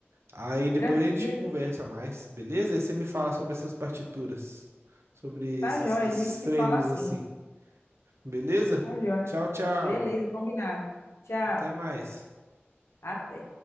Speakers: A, on the right; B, on the left.
A: Aí depois
B: Tranquilo.
A: a gente conversa mais, beleza? Aí você me fala sobre essas partituras, sobre
B: Tá
A: esses,
B: jóia,
A: esses
B: a gente se
A: treinos
B: fala assim.
A: assim, beleza?
B: Tá jóia.
A: Tchau, tchau.
B: Beleza, combinado. Tchau.
A: Até mais.
B: Até.